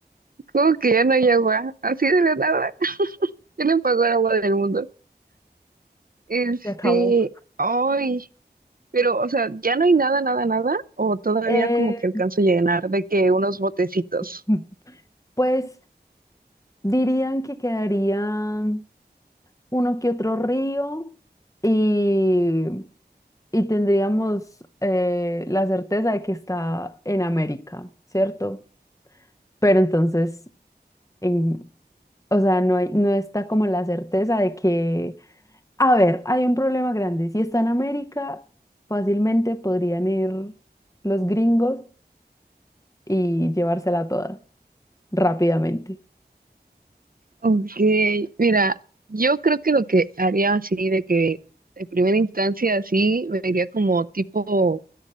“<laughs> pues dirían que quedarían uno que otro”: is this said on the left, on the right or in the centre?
Left